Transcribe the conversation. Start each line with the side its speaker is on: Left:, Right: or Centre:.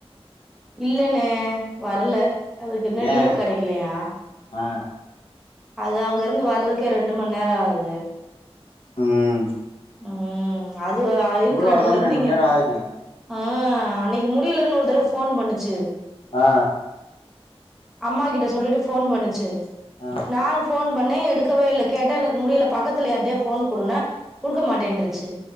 Centre: இல்லனே வரல அதுக்கு இன்னு
Left: ஏ
Centre: லீவு கெடக்கலையா
Left: ஆ
Centre: அது அங்க இருந்து வர்றதுக்கே ரெண்டு மணி நேர ஆகுது
Left: உம்
Centre: உம் அது ஆ இருக்ற
Left: வரணுன்னு
Centre: இடத்ல இருந்து
Left: ரெண்டு
Centre: இங்க
Left: மண் நேரோ ஆகுது
Centre: ஆ அன்னைக்கு முடியலன்னு ஒரு தடவ ஃபோன் பண்ணுச்சு
Left: ஆ
Centre: அம்மா கிட்ட சொல்லிட்டு போன் பண்ணுச்சு
Left: ஆ
Centre: நானு போன் பண்ணே எடுக்கவே இல்ல கேட்டா எனக்கு முடியல பக்கத்துல யாரிட்டயா ஃபோன் குடுனா குடுக்க மாட்டேருச்சு